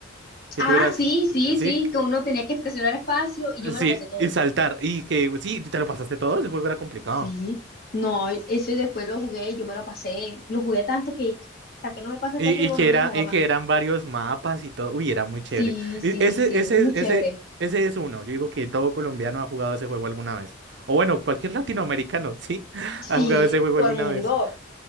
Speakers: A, on the right; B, on the left.
A: que
B: Ah,
A: tú eras...
B: sí,
A: eh,
B: sí,
A: Sí,
B: sí, que uno tenía que presionar espacio y yo
A: Sí,
B: me lo pasé todo.
A: y saltar. Y que sí, te lo pasaste todo, ese juego era complicado.
B: Sí, no, ese después lo jugué, yo me lo pasé, lo jugué tanto que hasta que no me pasó
A: Y,
B: este juego
A: y que
B: no lo
A: era,
B: he jugado
A: y
B: más.
A: que eran varios mapas y todo. Uy, era muy chévere.
B: Sí,
A: Y
B: sí,
A: ese,
B: sí,
A: ese,
B: muy
A: es-
B: chévere.
A: ese, ese es uno. Yo digo que todo colombiano ha jugado ese juego alguna vez. O bueno, cualquier latinoamericano, sí, <laughs>
B: Sí,
A: ha jugado ese juego
B: todo
A: alguna
B: el mundo.
A: vez.